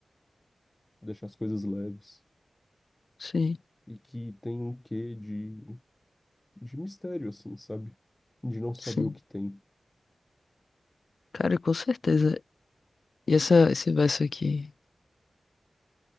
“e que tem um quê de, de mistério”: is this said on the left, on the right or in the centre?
Left